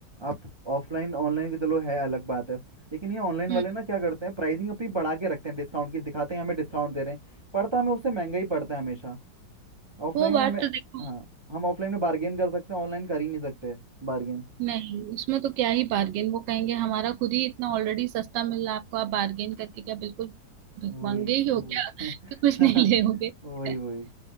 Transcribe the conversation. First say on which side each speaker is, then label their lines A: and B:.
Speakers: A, on the right; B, on the right.
A: आप ऑफलाइन ऑनलाइन के चलो है अलग बात है लेकिन ये ऑनलाइन
B: हम्म
A: वाले ना क्या करते हैं प्राइसिंग अपनी बढ़ा के रखते हैं डिस्काउंट की दिखाते हैं हमें डिस्काउंट दे रहे हैं पड़ता हमें उससे महंगा ही पड़ता है हमेशा ऑफलाइन
B: वो बात
A: में हमें
B: तो देखो
A: हाँ हम ऑफलाइन में बार्गेन कर सकते हैं ऑनलाइन कर ही नहीं सकते बार्गेन
B: नहीं उसमें तो क्या ही बार्गेन वो कहेंगे हमारा खुद ही इतना ऑलरेडी सस्ता मिल रहा है आपको आप बार्गेन करके क्या बिल्कुल भिखमंगे
A: वही
B: ही हो
A: वही
B: क्या <laughs>
A: <laughs>
B: तो कुछ नहीं लेोगे
A: वही
B: <laughs>
A: वही